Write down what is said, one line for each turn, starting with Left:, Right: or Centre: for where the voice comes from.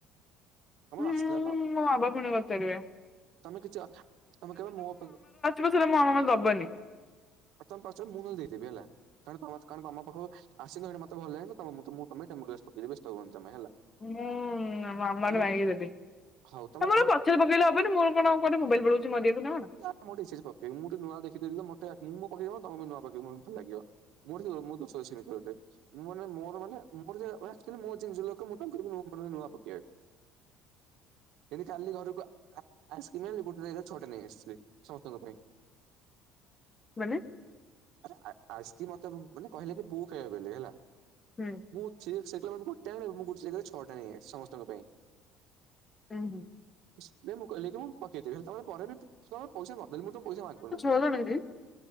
Left: ହୁଁ
Right: ଆସିଲା ପା
Left: ମୋ ବାବା ପୁନ କରିଥିବେ।
Right: ତମେ କିଛି ହାଁ ତମେ କହିବ ମୋ ପା
Left: ମଝିରେ ମୋ ଅଣା ଦବନି। <inaudible>
Right: ତମ ପରିଚୟ ମୁଁ ନହଲେ ଦେଇ ଦେବି ହେଲା। କାରଣ ତମସ୍କାର ପାଖକୁ ଆସିକି ଏଇଠି ମତେ ଭଲ ଲାଗିଲା ତ ମୁଁ ତମ ତମେ ବ୍ୟସ କିଛି ବ୍ୟସ୍ତ ହୁଅନି ତମେ ହେଲା। <inaudible>
Left: ମୁଁ ଆମ ଆମାଠୁ
Right: ତମେ
Left: ମାଇକି ଦେବେ। <inaudible>
Right: ହଉ ତମେ
Left: ତମର
Right: ହଉ
Left: ପଛରେ ପକେଇଲେ ହବନୀ ମୋର କଣ କୁଆଡେ ମୋବାଇଲ୍ ପଳଉଛି ମରିଆକୁ ନାଁ କଣ।
Right: ହଁ ମୁଁ ଡିସିଜି ପକେଇବି ମୁଁ ଖାଲି ନୂଆ ଦେଖିଦେବି ତ ମୋତେ ମୁଁ ମୋ ପକେଇଦବ ତମେ ବି ନୂଆ ପକେଇବ <inaudible> ମୋତେ ଭଲ ଲାଗିବ। ମୋଠୁ ମୁଁ ଦଶ ବର୍ଷ ସେ ମିଟର ଅଟେ। <inaudible> ମୁଁ ମାନେ ମୋର ମାନେ ମୋର ମୋ ୱେଷ୍ଟ କଲେ ଜିନିଷ ଲୋକ ମୁଁ ତାଙ୍କୁ କହିବି ମାନେ ନୂଆ ପକେଇବାକୁ। <inaudible> କାଲି ଘରକୁ ଆ ଆଇସ୍କ୍ରିମ୍ ଆଣିଲି ଗୋଟେ ଜାଗାରେ ଛଅଟା ନେଇ ଆସିିଲି ସମସ୍ତଙ୍କ ପାଇଁ।
Left: ମାନେ?
Right: ଆରେ ଆ ଆଇସ୍କ୍ରିମ୍ ମତେ ମାନେ କହିଲେ କି ବୋଉ ଖାଇବ ବୋଲି ହେଲା।
Left: ହୁଁ।
Right: ମୁଁ ସେ ଗୋଟାଣେ <inaudible> ମୁଁ ଗୋଟେ ଜାଗାରେ ଛଅଟା ନେଇ ଆସିଛି ସମସ୍ତଙ୍କ ପାଇଁ।
Left: ହୁଁ ହୁଁ।
Right: ସେଥିପାଇଁ ମୁ କହିଲି କି ମୁଁ ପକେଇ ଦେବି <inaudible> ତୁ ପରେ ତ ଦେବୁମୁଁ ତତେ ପଇସା ମାଗୁନି
Left: ବଲଣ <unintelligible>